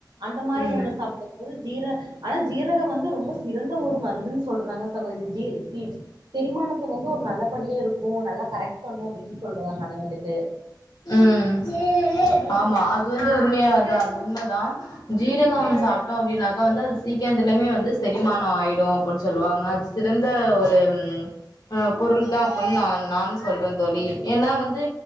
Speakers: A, on the right (about 75°); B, on the left (about 55°).
A: அந்த மாரி
B: ம்
A: ஒண்ண சாப்பற போது ஜீர ஆனா ஜீரக வந்து ரொம்ப சிறந்த ஒரு மருந்துன் சொல்றாங்க சகோதரி ஜீ தி தெரிமானத்த வந்து ஒரு நல்லபடியா இருக்கு நல்லா கரெக்ட் னோ அப்டின் சொல்றாங்க அத வந்துட்டு
B: ம் ஆமா அது வந்து உண்மையாதா அது உண்மதா ஜீரகம்
A: ஆ
B: சாப்ட்டோ அப்டின்னாக்கா வந்து அது சீக்கத்துலயுமே வந்து செரிமானோ ஆயிடு <inaudible> சொல்லுவாங்க அது சிறந்த ஒரு ம் ஆ பொருள் தா அப்பன்னு நா நானு சொல்றே தோழி ஏன்னா வந்து